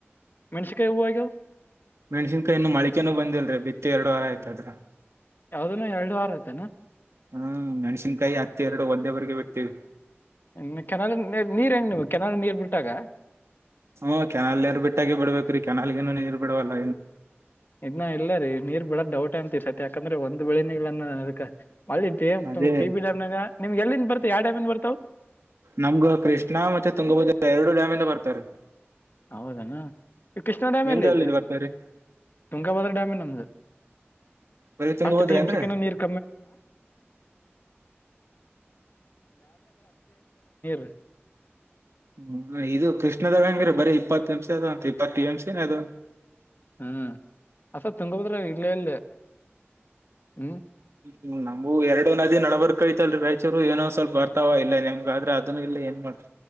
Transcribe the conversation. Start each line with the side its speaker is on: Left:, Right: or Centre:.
Left: ಮೆಣಸಿಕಾಯಿ ಹೂವ ಆಗ್ಯಾವ.
Right: ಮೆಣಸಿನಯೀ ಇನ್ನು ಮೋಳ್ಕೇನು ಬಂದಿಲ್ಲಲ್ರಿ ಬಿತ್ತಿ ಎರಡವಾರ ಆಯ್ತು.
Left: ಅವ್ದುನು ಎರಡವಾರ ಆಯ್ತೇನ.
Right: ಹ್ಮ ಮೆಣ್ಸಿನ್ಕಾಯಿ ಹತ್ತಿ ಎರಡು ಒಂದೇವರೆಗೆ ಬಿತ್ತಿವಿ.
Left: ಇ ಕೆನಾಲ ನೀರ್ ಹೆಂಗ ನೀವು ಕೆನಲ್ ನೀರ್ ಬಿಟ್ಟಾಗ.
Right: ಹು ಕಾನೆಲ್ ನೀರ್ ಬಿಟಗೆ ಬಿಡ್ಬೇಕ್ರಿ ಕೆನಾಲ್ಗಿನಲ್ ನೀರ್ ಬಿಡಲ್ಲ.
Left: ಇನ್ನ ಇಲ್ಲರಿ ನೀರ್ ಬಿಡೋದು ಡೌಟ್ ಅಂತೇ ಇಸತಿ ಯಾಕಂದ್ರೆ ಒಂದೆ ವೇ ಇಲ್ಲನ್. <inaudible>
Right: ಅದೇ
Left: ನಿಮ್ಗ್ ಎಲ್ಲಿಂದ ಬರ್ತಾವು ಯಾವ್ ಡ್ಯಾಮ್ ಇಂದ ಬರ್ತಾವು.
Right: ನಮ್ಗ ಕೃಷ್ಣ ಮತ್ತೆ ತುಂಗಭದ್ರ ಎರಡು ಡ್ಯಾಮಿಂದ ಬರ್ತಾವ ರೀ.
Left: ಹೌದಾನ ಈ ಕೃಷ್ಣ ಡ್ಯಾಮ್
Right: ನಿಮ್ದ್
Left: ಎಲ್ಲಿ
Right: ಯಾವ್ದ್ರಿಂದ
Left: ಐತಿ
Right: ಬರ್ತಾವ್ರಿ
Left: ತುಂಗಾಭದ್ರ ಡ್ಯಾಮೇ ನಮ್ದು.
Right: ಬರೀ ತುಂಗಭದ್ರಾ
Left: ಹತ್ತು ಟೀಮ್
Right: ಏನ್ರೀ?
Left: ಚಿಕನ ನೀರ್ <unintelligible>
Right: ಹ್ಮ ಇದು ಕೃಷ್ಣದಂಗಿರಿ ಬರೆ ಇಪ್ಪತ್ತ ಅಂಶ ಅದಾವ್ ಅಂತ ಇಪ್ಪತ್ತು ಎಂಶ ಅ
Left: ಹ್ಮ್ ಅಸ ತುಂಗದ್ರ ಇಲ್ಲೇ ಇಲ್ಲಿ ಹ್ಮ್.
Right: ಹ್ಮ್ ನಮಗೂ ಎರಡೋ ನದಿ ನಬರ್ಕೈಐತ್ಲ್ರಿ ರಾಯಚೂರು ಏನೋ ಸ್ವಲ್ಪ ಬರ್ತಾವ ಇಲ್ಲ ನಮ್ಗ ಆದ್ರೆ ಅದನ್ನು ಇಲ್ಲ ಏನ್ ಮಾಡ್ತ